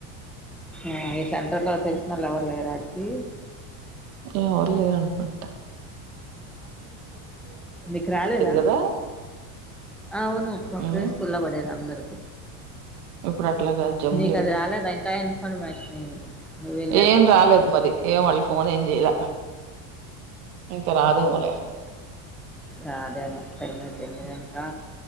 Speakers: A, in the centre; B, on the right.
A: ఆ ఈ సెంటర్లో తెలిసినోళ్ళు ఎవరు లేరా ఆడికి
B: ఎవరూ లేర్ అనుకుంట
A: నీకు రాలేదా
B: కదా
A: అవును పక్కడే
B: మ్
A: స్కూల్లా పడేది అందర్
B: ఇప్పుడు అట్లా గాద్ జంప్లింగ్
A: నీకు అది రాలేదా ఇంకా ఇన్ఫర్మేషన్ ఏమి నువ్వు వెళ్ళేది
B: ఏం రాలేదు మరి ఏం వాళ్ళు ఫోన్ ఏం చేయలా ఇంక రాద్ ఏమో లే
A: రాదేమో టైం అయిపోయింది గా ఇంకా